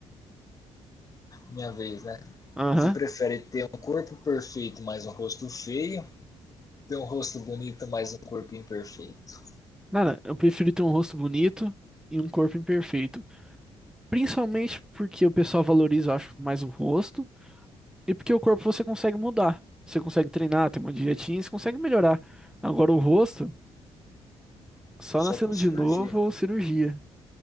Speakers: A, on the left (about 30°); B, in the centre.
A: Minha vez, né?
B: Aham.
A: Você prefere ter um corpo perfeito, mas um rosto feio? ter um rosto bonito, mas um corpo imperfeito.
B: Cara, eu prefiro ter um rosto bonito e um corpo imperfeito. Principalmente porque o pessoal valoriza, eu acho, mais o rosto e porque o corpo você consegue mudar. Você consegue treinar, tem uma dietinha, você consegue melhorar. Agora o rosto, só
A: Só
B: nascendo
A: com cirurgia.
B: de novo ou cirurgia.